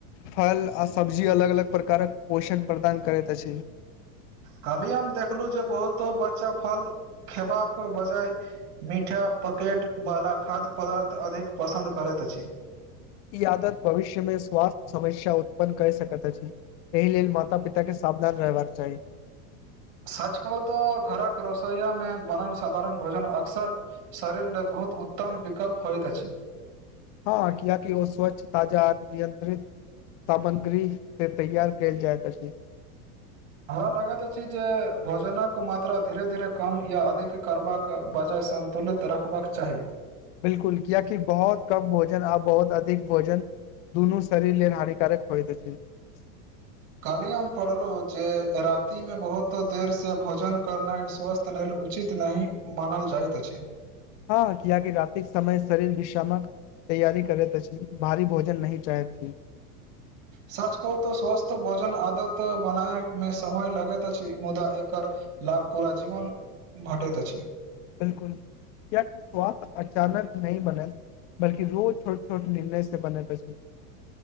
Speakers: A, on the left; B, on the right.
A: फल आ सब्जी अलग -अलग प्रकारक पोषण प्रदान करैत अछि।
B: कहली हम देखलू जे बहुतो बच्चा फल खेबाका के बजाय मीठा पकेटवला खाद्य पदार्थ अधिक पसन्द करैत अछि।
A: ई आदत भविष्य में स्वास्थ्य समस्या उत्पन्न कय सकैत अछि। एहि लेल माता -पिता के सावधान रहबाक चाही।
B: सच कहू तऽ घरक रसोइया मे बनल साधारण भोजन अक्सर शरीर लय बहुत उत्तम विकल्प होइत अछि।
A: हँ, कियकि ओ स्वच्छ, ताजा आ नियंत्रित सामग्रीह से तैयार कैल जाइत अछि।
B: हमरा लागैत अछि जे भोजनक मात्रा धीरे -धीरे कम या अधिक करबाक बजाय सन्तुलित रखबाक चाही।
A: बिलकुल, कियेकि बहुत कम भोजन आ बहुत अधिक भोजन दुनू शरीर लेल हानिकारक होइत अछि। <inaudible>
B: कहली हम पढ़लौं जे राति में बहुत देर से भोजन करनाय स्वस्थ कलेल उचित नहि मानल जाइत अछि।
A: हँ कियेकि रातिक समय शरीर विश्रामक तैआरी करैत अछि। भारी भोजन नहि चाहैत छी।
B: सच कहू तऽ स्वस्थ भोजन आदत बनाय मे, समय लगैत अछि मुदा एकर लाभ पूरा जीवन भटैत अछि।
A: बिलकुल क्यकि स्वास्थ अचानक नय बनत। बल्कि रोज छोट -छोट निर्णय स बनैत अछि।